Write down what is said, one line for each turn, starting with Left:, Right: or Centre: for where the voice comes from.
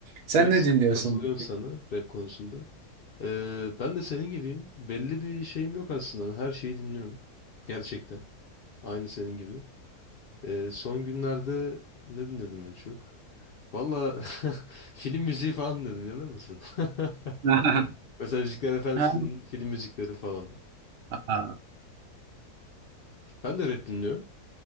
Right: Sen
Left: Hız,
Right: ne dinliyorsun?
Left: katılıyorum sana rap konusunda. Ee, ben de senin gibiyim. Belli bir şeyim yok aslında. Her şeyi dinliyorum. Gerçekten. Aynı senin gibi. Ee, son günlerde ne dinledim en çok? Valla <laughs> film müziği falan dinledim. Yalan mısın? <laughs>
Right: <laughs>
Left: Mesela Müzikler Efendisi'nin
Right: Ha,
Left: film müzikleri falan.
Right: Aa,
Left: Ben de rap dinliyorum.